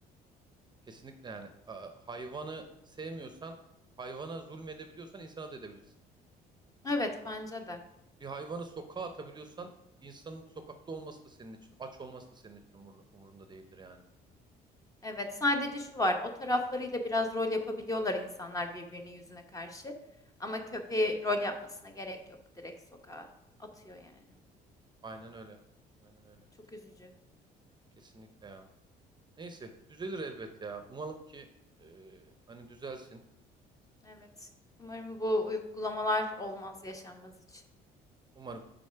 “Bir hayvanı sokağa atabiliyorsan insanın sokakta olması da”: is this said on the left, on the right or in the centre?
Right